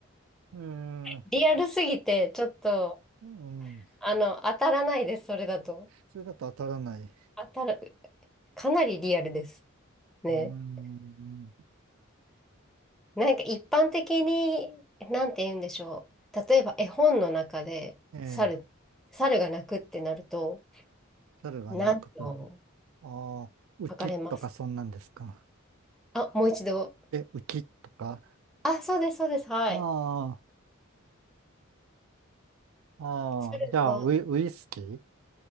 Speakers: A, on the right (about 80°); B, in the centre.
A: うーん、
B: リアルすぎて、ちょっと、
A: うん、
B: あの、当たらないです、それだと。
A: それだと当たらない。
B: 当たる、かなりリアルです。ね。
A: うーん、
B: なんか一般的に、なんて言うんでしょう。例えば絵本の中で、
A: ええ、
B: 猿、猿が鳴くってなると、
A: 猿が鳴くと。
B: 何と
A: ああ、浮きとかそんなんですか。
B: 書かれますあ、もう一度。
A: え、浮きとか。
B: あ、そうです、そうです。はい。
A: ああ、ああ、
B: 猿の
A: じゃあ、ウイ、ウイスキー